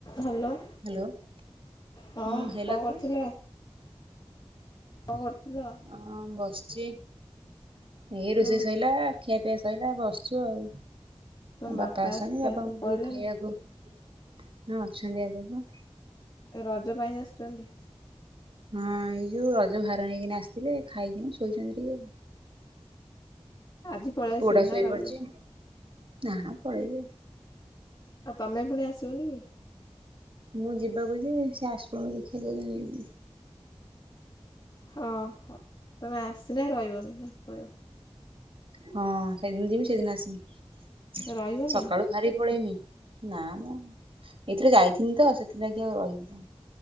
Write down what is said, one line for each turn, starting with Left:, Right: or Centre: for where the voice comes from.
Left: Hello.
Right: Hello.
Left: ହଁ
Right: ହୁଁ ହେଲା
Left: କଣ
Right: ତ
Left: କରୁଥିଲେ? କଣ କରୁଥିଲ?
Right: ହଁ ବସିଛି। ଏଇ ରୋଷେଇ
Left: ହଁ
Right: ସଇଲା। ଖିଆ ପିଆ ସଇଲା ବସିଛୁ ଆଉ।
Left: ତମ
Right: ବାପା ଆସିଛନ୍ତି
Left: ଆସିଲେ
Right: ବାପଙ୍କୁ
Left: ପଳେଇଲେଣି
Right: ଖାଇଆକୁ, ହଁ ଅଛନ୍ତି ଆଜି ପା।
Left: ଏ ରଜ ପାଇଁ ଆସୁଛନ୍ତି?
Right: ହଁ ଏଇ ଯୋଉ ରଜ ଭାର ଆଣିକିନା ଆସିଥିଲେ, ଖାଇକିନି ଶୋଇଛନ୍ତି ଟିକେ।
Left: ଆଜି ପଳେଇ
Right: ପୁଅଟା
Left: ଆସିବେ
Right: ଶୋଇ
Left: ନା ରହିବେ
Right: ପଡିଛି। ନା ପଳେଇବେ।
Left: ଆଉ ତମେ ପୁଣି ଆସିବନି କି?
Right: ମୁଁ ଯିବାକୁ ଯେ ସିଏ ଆସନ୍ତୁ ଦେଖିବା କୋଉଦିନ ଯିବି।
Left: ହଁ, ତମେ ଆସିଲେ ରହିବନି ନା ପଳେଇିବ।
Right: ହଁ ସେଇଦିନ ଯିବି ସେଇଦିନ ଆସିବି।
Left: ରହିବନି?
Right: ସକାଳୁ ବାହାରି ପଳେଇମି ନା ମ ଏଥିରେ ଯାଇଥିଲି ତ ସେଥିଲାଗି ଆଉ ରହିବିନି।